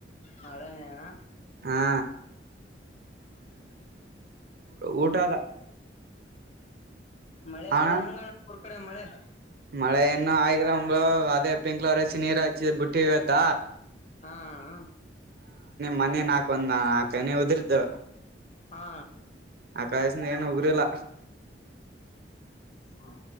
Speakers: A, on the left; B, on the right.
A: ನಾಳೆನಣ.
B: ಹಾ
A: ಹ್ಮ ಹ್ಮ
B: ಊಟದ
A: ಮಳೆ
B: ಹಣ
A: ಅದ ಹಂಗದ ಉರ್ ಕಡೆ ಮಳೆ.
B: ಮಳೆ ಇನ್ನು ಆಯಗ್ರಬ್ಳು ಅದೇ ಪಿಂಕ್ಲರ್ ಹೆಚ್ಚಿ ನೀರು ಹಚ್ಚಿದ ಬಿಟ್ಟ ಇವತ್ತ.
A: ಹಾ ಹಾ ಹಾ
B: ಮನೆ ನಾಕ ಒಂದ ನಾಕ ತೆನೆ ಉದರಿದ್ವು.
A: ಹಾ
B: ಆಕಸನ ಏನು ಉದ್ರಿಲ್ಲ.
A: ಹಾ